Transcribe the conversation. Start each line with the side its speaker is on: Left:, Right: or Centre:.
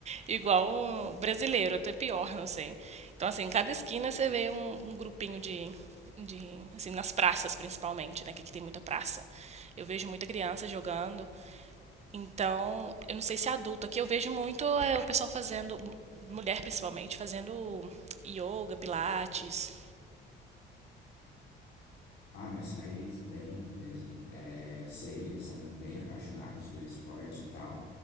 Right: Igual o brasileiro, até pior, não sei. Então, assim, em cada esquina você vê um, um grupinho de, de- assim, nas praças principalmente, né? Que aqui tem muita praça. Eu vejo muita criança jogando. Então, eu não sei se é adulto. Aqui eu vejo muito é, o pessoal fazendo, mulher principalmente, fazendo yoga, pilates.
Left: Ah, mas faz bem mesmo. É, sei, eles são bem apaixonados pelo esporte e tal.